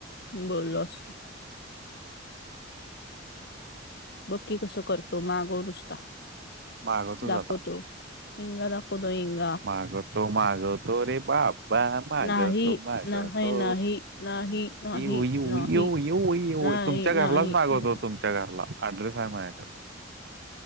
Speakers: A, on the left; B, on the right.
A: बोललो असत बक्की कसं करतो मागो नुसता
B: मागवतोच
A: दाखवतो
B: आता
A: हिंगा दाकूदो हिंग
B: मागवतो मागवतो रे बाबा मागवतो
A: नाही
B: मागवतो
A: नाही नाही नाही नाही
B: येऊ येऊ
A: नाही
B: येऊ येऊ येऊ
A: नाही
B: तुमच्या
A: नाही
B: घरलाच मागवत
A: नाही.
B: तुम रला अड्रसहा मा